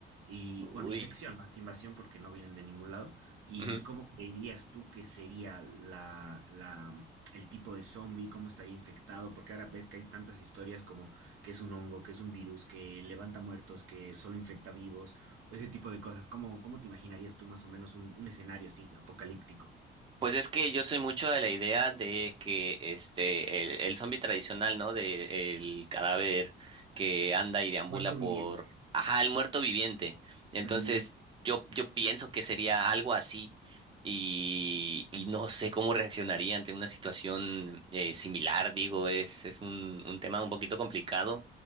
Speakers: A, on the right; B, on the right.
A: Y
B: Uy.
A: bueno, infección más que invasión porque no vienen de ningún lado. ¿Y
B: ujú.
A: cómo creerías tú que sería la, la, el tipo de zombie? ¿Cómo estaría infectado? Porque ahora ves que hay tantas historias como que es un hongo, que es un virus, que levanta muertos, que solo infecta vivos, o ese tipo de cosas. ¿Cómo, cómo te imaginarías tú más o menos un, un escenario así, apocalíptico?
B: Pues es que yo soy mucho de la idea de que este, el, el zombie tradicional, ¿no? De el cadáver que anda y deambula
A: Muerto
B: por...
A: viviente.
B: Ajá, el muerto viviente. Entonces,
A: Mm,
B: yo, yo pienso que sería algo así. Y, y no sé cómo reaccionaría ante una situación eh, similar, digo, es, es un, un tema un poquito complicado